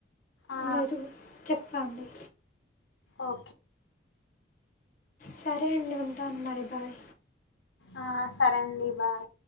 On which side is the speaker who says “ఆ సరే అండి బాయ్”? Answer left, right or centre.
Left